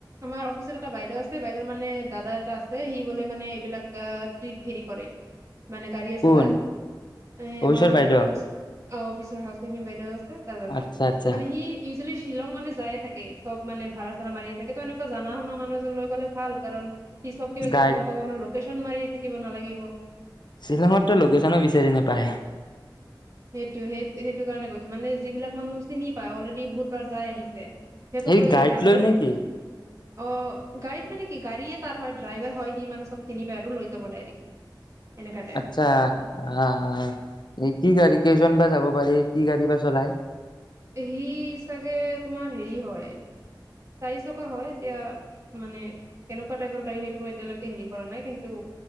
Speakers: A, on the right; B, on the left.
A: আমাৰ অফিচত এটা বাইদেউ আছে বাইদেউৰ মানে দাদা এটা আছে সি বোলে মানে এইবিলাক ট্ৰিপ হেৰি কৰে।
B: <unintelligible>
A: মানে গাড়ী আছে
B: কোন
A: তাৰ। এ
B: অভিশ্বৰ
A: আমাৰ
B: বাইদেউ
A: হাউচ অ অফিচৰ হাউচ কপিং বাইদেউ আছে তাৰ দাদা
B: আচ্ছা আচ্ছা
A: তা মানে সি- সি যোলি শ্বিলং মানে যায়। থাকে চব মানে ভাড়াডা মাৰিয়ে থাকে ত এনেুৱ জানা শুনা মানুহ এজন লৈ গ'লে ভাল কাৰণ সি চব কিবা
B: গাইড
A: কিবি গম পাব মানাৰ লোকেশচন মাৰি থাকিব নালাগিব।
B: শ্বিলঙতো লোকেশ্যনো বিচাৰি নোপায়।
A: সেইটো সেই সেইটো কাৰণে কৈছো মানে যিবিলাক মানুহ চিনি পায় অলৰেডি বহুতবাৰ যাই আহিছে। সিহঁতক
B: এই
A: লগৈ
B: গাইড
A: গ'লে ভাল
B: লয়
A: আৰু।
B: নেকি
A: অঁ গাড়ীত মানে কি গাড়ীয়ে তাৰ হয় ড্ৰাইভাৰ হয় সি মানে চব চিনি পায় আৰু লৈ যাব ডাইৰেক্টলি। এনেকা।
B: আচ্ছা আ আ এই কি গাড়ী কেইজন বা যাব পাৰি কি গাড়ী বা চলাই?
A: সি চাগে তোমাৰ হেৰি হয় চাৰি চকা হয়ঁ এতিয়া। মানে কেনেকুৱা টাইপৰ গাড়ী সেইটো মই এতিয়ালৈকে হেৰি কৰা নাই কিন্তু-